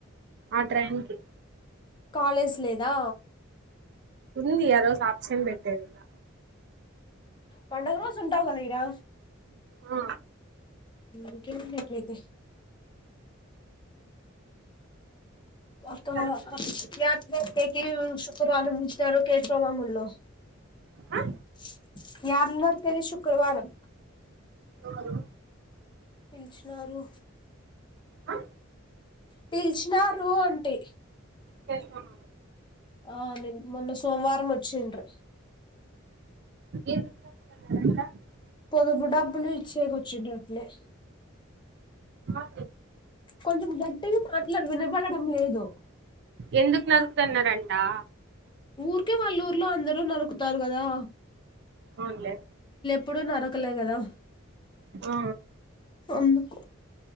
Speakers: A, on the right (about 55°); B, on the left (about 25°).
A: ఆ ట్రైన్ కి
B: కాలేజ్ లేదా
A: ఉంది ఆరోజు ఆబ్సెంట్ పెట్టేస్తా
B: పండగ రోజు ఉంటావు కదా ఈడా
A: ఆ
B: ఇంకేం అట్లయితే <unintelligible>
A: సరుకులు తెచ్చినారా
B: శుక్రవారం వచ్చినారు కేశవ మామోళ్ళు
A: ఆ
B: <unintelligible> దరి తని శుక్రవారం
A: ఎవరు
B: పిలిచునరు
A: ఆ
B: పిల్చు నరూ అంటి
A: ప్రష్ <unintelligible>
B: ఆ ని మొన్న సోమవారం ముచ్చండ్రు
A: ఎందుకు నరుకుతన్నారంట
B: పొదుపు డబ్బులు ఇచ్చేకొచ్చినట్లే
A: ఆ
B: కొంచం టి మాట్లాడ వినబడడం లేదు
A: ఎందుకు నరుకుతున్నారం ఆ
B: ఊరికే వాళ్ళ ఊర్లో అందరు నరుకుతారు కదా
A: అవునులే
B: ప్పుడు నరకలే కదా
A: ఆ
B: అందుకు